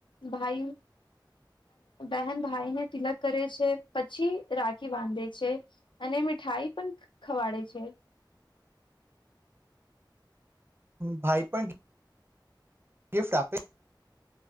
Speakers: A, on the left (about 80°); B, on the right (about 30°).
A: ભાઈ બહેન ભાઈને તિલક કરે છે, પછી રાખી બાંધે છે અને મીઠાઈ પણ ખવાડે છે.
B: ભાઈ પણ ગિફ્ટ આપે.